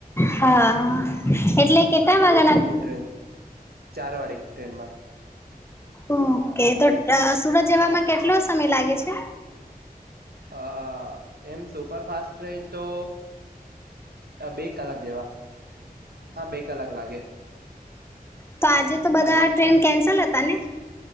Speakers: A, on the left; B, on the right.
A: હા એટલે કેટલા વાગાના
B: બહુ ધીમું ટ્રેન ચાર વાળી ટ્રેન માં
A: ઓકે તો સુરત જવામાં કેટલો સમય લાગે છે
B: અ એમ સુપરફાસ્ટ ર તો બે કલાક જેવા હા બે કલાક લાગે
A: તો આજે તો બધા
B: અને
A: ટ્રેન કેન્સલ હતા ને